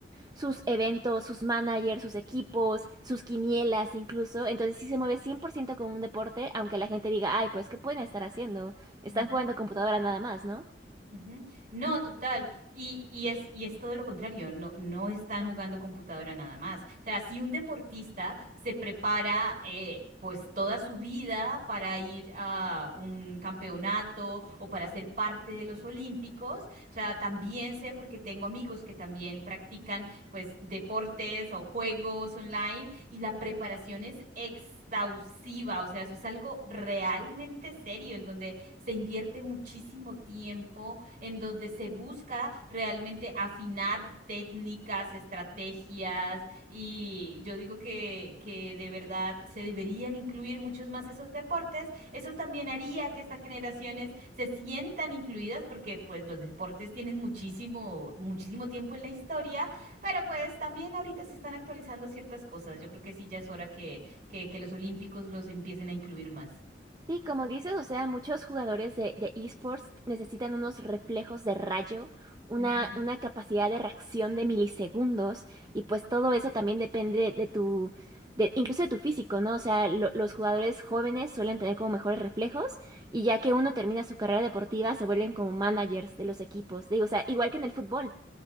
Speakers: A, on the right; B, on the right.
A: sus eventos, sus managers, sus equipos, sus quinielas incluso. Entonces sí se mueve 100% como un deporte, aunque la gente diga, ay, pues, ¿qué pueden estar haciendo? Están
B: ujú,
A: jugando computadora nada más, ¿no?
B: Ujú. No, total. Y, y es, y es todo lo contrario, no, no están jugando computadora nada más. O sea, si un deportista se prepara eh, pues toda su vida para ir a un campeonato o para ser parte de los Olímpicos, o sea, también sé porque tengo amigos que también practican pues deportes o juegos online y la preparación es exhaustiva, o sea, eso es algo realmente serio en donde se invierte muchísimo tiempo en donde se busca realmente afinar técnicas, estrategias y yo digo que, que de verdad se deberían incluir muchos más esos deportes. Eso también haría que estas generaciones se sientan incluidas porque pues los deportes tienen muchísimo, muchísimo tiempo en la historia, pero pues también ahorita se están actualizando ciertas cosas. Yo creo que sí ya es hora que, que, que los olímpicos los empiecen a incluir más.
A: Sí, como dices, o sea, muchos jugadores de, de esports necesitan unos reflejos de rayo, una,
B: Ujú,
A: una capacidad de reacción de milisegundos, y pues todo eso también depende de tu, de, incluso de tu físico, ¿no? O sea, lo- los jugadores jóvenes suelen tener como mejores reflejos, y ya que uno termina su carrera deportiva, se vuelven como managers de los equipos. Digo, o sea, igual que en el fútbol.